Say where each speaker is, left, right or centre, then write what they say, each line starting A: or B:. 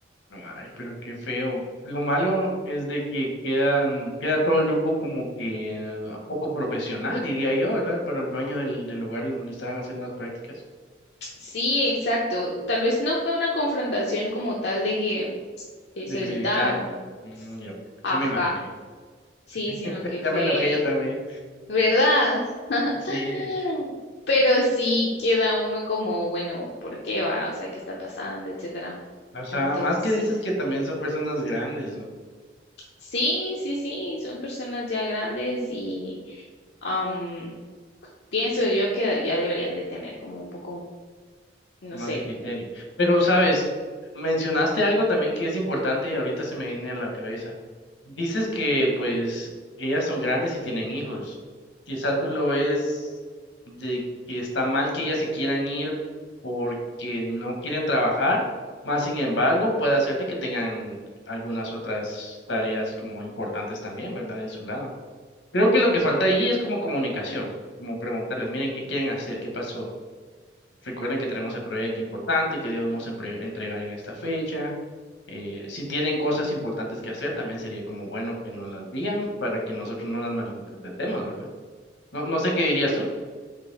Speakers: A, on the left; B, on the left.
A: Ay, pero qué feo. Lo malo es de que quedan, queda todo el grupo como que eh, poco profesional, diría yo, ¿verdad? Para el dueño del, del lugar en donde estaban haciendo las prácticas,
B: Sí, exacto. Tal vez no fue una confrontación como tal de que eh,
A: de
B: se
A: que
B: gritaron.
A: se gritaron. Mm, ya, eso
B: Ajá.
A: me imaginé.
B: Sí, sino
A: <laughs>
B: que
A: Ya
B: fue,
A: me enojé yo también.
B: ¿verdad? <laughs>
A: Sí.
B: Pero sí queda uno como, bueno, ¿por qué va? O sea, ¿qué está pasando? Etcétera.
A: O sea,
B: Entonces,
A: más que dices que también son personas grandes,
B: sí, sí, sí, son personas ya grandes y am, pienso yo que ya deberían de tener como un poco, no
A: más
B: sé.
A: de criterio. Pero, sabes, mencionaste algo también que es importante y ahorita se me viene a la cabeza. Dices que, pues, ellas son grandes y tienen hijos. Quizá tú lo ves de que está mal que ellas se quieran ir porque no quieren trabajar, más sin embargo, puede hacer de que tengan algunas otras tareas como importantes también, ¿verdad? De su lado. Creo que lo que falta ahí es como comunicación, como preguntarles, miren, ¿qué quieren hacer? ¿Qué pasó? Recuerden que tenemos el proyecto importante que debemos empre- entregar en esta fecha. Eh, si tienen cosas importantes que hacer, también sería como bueno que nos las digan para que nosotros no las malinterpretemos, ¿verdad? No, no sé qué dirías tú.